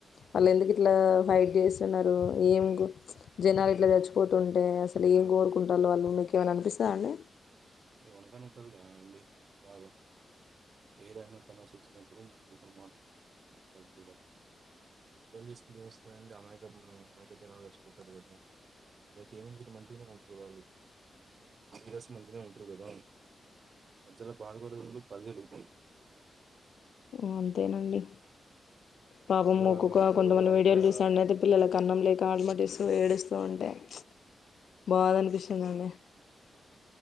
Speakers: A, on the left; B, on the right.
A: వాళ్ళు ఎందుకు ఇట్లా ఫైట్ చేస్తున్నారు ఏం గు ంచ్ జనాలు ఇట్లా చచ్చిపోతుంటే అసలు ఏం కోరుకుంటాళ్లు వాళ్ళు మీకేమైనా అనిపిస్తాందా
B: వనకనే ఉంటది బాగా ఏదైనా సమస్య వచ్చినప్పుడు కూర్చొని మాట్ సర్దు ఎస్ తీసు వస్తాండి అమాయికం అమాయిక జనాలు వచ్చిపోతారు కదా ఎకి ఏముంది మంచిగానే ఉంటారు వాళ్ళు ఈరస్ మంచిగా ఉంటారు కదా ప్రజ బాధపడుతు అదే రూపం
A: మ్ అంతేనండి పాపం
B: న్యూరాల
A: మొక్కుకొ
B: మనుషులు
A: కొంతమంది
B: అంతా
A: విడియోలు చూస్తే పిల్లకి అన్నం లేక ఆలమటిస్తూ ఏడిస్తూ ఉంటే ంచ్ బాద అనిపిస్తుందండి